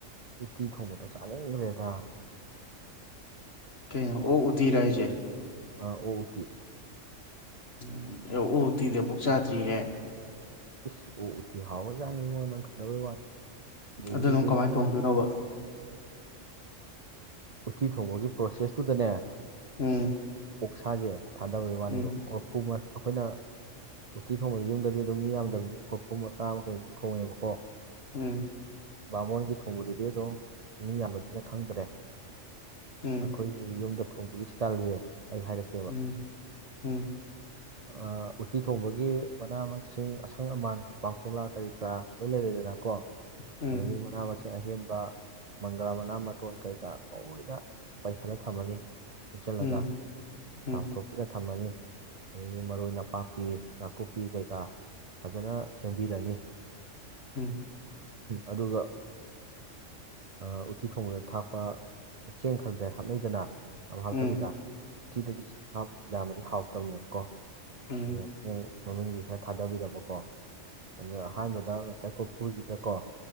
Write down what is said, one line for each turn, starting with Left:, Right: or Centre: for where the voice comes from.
Right: ꯎꯇꯤ ꯊꯣꯡꯕꯗ ꯆꯥꯅꯤꯡꯒ꯭ꯔꯦꯗ
Left: ꯀꯦꯅꯣ ꯑꯣꯛ ꯎꯇꯤꯔꯥ ꯌꯥꯢꯖꯦ
Right: ꯑꯥ ꯑꯣꯛ ꯎꯇꯤ
Left: ꯎꯝ ꯑꯣꯛ ꯎꯇꯤꯗꯤ ꯑꯝꯕꯨ ꯆꯥꯗ꯭ꯔꯤꯍꯦ
Right: ꯏꯁ ꯑꯣꯛ ꯎꯇꯤ ꯍꯥꯎꯔ ꯖꯥꯅꯤꯡꯉꯣ ꯅꯪ ꯈꯪꯗꯕꯩ ꯋꯥꯅꯤ ꯑꯗꯨꯗꯒꯤꯗꯤ
Left: ꯑꯗꯨꯅ ꯑꯃꯨꯛ ꯀꯃꯥꯏ ꯊꯣꯡꯗꯣꯏꯅꯣꯕ
Right: ꯎꯇꯤ ꯊꯣꯡꯕꯒꯤ ꯄ꯭ꯔꯣꯁꯦꯁꯇꯨꯗꯅꯦ
Left: ꯎꯝ
Right: ꯑꯣꯥꯛꯁꯥꯖꯦ ꯊꯥꯗꯕꯩ ꯋꯥꯅꯦꯕ
Left: ꯎꯝ
Right: ꯀꯣꯔꯐꯨ ꯑꯩꯈꯣꯏꯅ ꯎꯇꯤ ꯊꯣꯡꯕꯗꯣ ꯌꯨꯝꯗꯗꯤ ꯑꯗꯨꯝ ꯃꯤ ꯌꯥꯝꯗꯕꯅꯤꯅ ꯀꯣꯔꯐꯨ ꯃꯆꯥ ꯑꯃ ꯀꯩ ꯑꯃ ꯊꯣꯡꯉꯦꯕꯀꯣ
Left: ꯎꯝ
Right: ꯕꯥꯃꯣꯟꯒꯤ ꯊꯣꯡꯕꯗꯨꯗꯤ ꯑꯗꯨꯝ ꯃꯤ ꯌꯥꯝꯕꯅꯤꯅ ꯈꯪꯗ꯭ꯔꯦ
Left: ꯎꯝ
Right: ꯑꯩꯈꯣꯏꯒꯤ ꯌꯨꯝꯗ ꯊꯣꯡꯕꯒꯤ ꯏꯁ꯭ꯇꯥꯏꯜꯖꯦ ꯑꯩ ꯍꯥꯏꯔꯛꯀꯦ
Left: ꯎꯝ ꯎꯝ
Right: ꯍ ꯑ ꯎꯇꯤ ꯊꯣꯡꯕꯒꯤ ꯃꯅꯥ ꯃꯁꯤꯡ ꯑꯁꯪ ꯑꯃꯥꯟ ꯄꯥꯡꯈꯣꯂꯥ ꯀꯔꯤ ꯀꯔꯥ ꯂꯣꯏ ꯂꯩꯔꯦꯗꯅ ꯀꯣ
Left: ꯎꯝ
Right: ꯑꯗꯨꯒꯤ ꯃꯅꯥ ꯃꯁꯤꯡ ꯑꯍꯦꯟꯕ ꯃꯪꯒ꯭ꯔꯥ ꯃꯅꯥ ꯃꯇꯣꯟ ꯀꯩꯀꯥ ꯂꯣꯏꯅ ꯄꯩꯁꯜꯂ ꯊꯝꯃꯅꯤ ꯍꯦꯛꯆꯜꯂꯒ
Left: ꯎꯝ ꯎꯝ
Right: ꯆꯥꯝꯊꯣꯛꯄꯤꯔ ꯊꯝꯃꯅꯤ ꯑꯗꯒꯤ ꯃꯔꯣꯏ ꯅꯄꯥꯛꯄꯤ ꯅꯥꯀꯨꯞꯄꯤ ꯀꯩꯀꯥ ꯐꯖꯅ ꯁꯦꯝꯕꯤꯔꯅꯤ
Left: ꯎꯝ
Right: ꯑꯗꯨꯒ ꯑ ꯎꯇꯤ ꯊꯣꯡꯕꯗ ꯊꯥꯛ ꯆꯦꯡ ꯈꯔꯗꯤ ꯍꯥꯞꯅꯩꯗꯅ ꯌꯥꯝ ꯍꯥꯞꯇꯕꯤꯗ
Left: ꯎꯝ
Right: ꯎꯊꯤꯗꯗꯤ ꯍꯥꯞ ꯌꯥꯝꯃꯗꯤ ꯍꯥꯎꯇꯕꯅꯦꯕꯀꯣ
Left: ꯎꯝ
Right: ꯑꯗꯨꯅ
Left: ꯎꯝ
Right: ꯆꯦꯡ ꯃꯃꯤꯡꯒꯤ ꯈꯔ ꯊꯥꯗꯕꯤꯔꯕꯀꯣ ꯑꯗ ꯑꯍꯥꯟꯕꯗ ꯉꯁꯥꯏ ꯀꯐꯨꯁꯤꯗꯀꯣ